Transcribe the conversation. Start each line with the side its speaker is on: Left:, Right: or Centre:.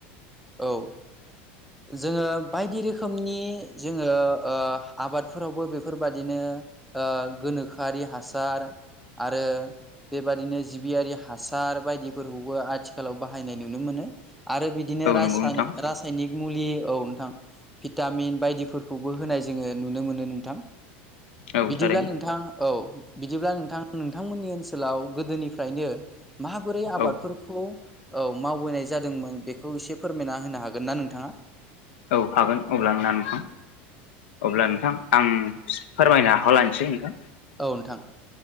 Centre: औ जोङो बायदि रोखोमनि जोङो ओ आबादफोरावबो बेफोरबादिनो ओ गोनोखोआरि हासार आरो बेबादिनो जिबियारि हासार बायदिफोरखौबो आथिखालाव बाहायनाय नुनो मोनो आरो बिदिनो
Left: औ
Centre: रायसा
Left: नंगौ नोंथां
Centre: रा साइनिक मुलि औ नोंथां भिटामिन बायदिफोरखौबो होनाय जोङो नुनो मोनो नोंथां।
Left: औ
Centre: बिदिब्ला
Left: थारैनो
Centre: नोंथां औ बिदिब्ला नोंथां नोंथांमोननि ओनसोलाव गोदोनिफ्रायनो माबोरै आबादफोरखौ
Left: औ
Centre: औ मावबोनाय जादोंमोन बेखौ एसे फोरमायना होनो हागोन ना नोंथाङा?
Left: औ हागोन अब्ला नोंना नोंथां अब्ला नोंथां आं फोरमायनो आखायावखौ लानोसै नोंथां
Centre: औ नोंथां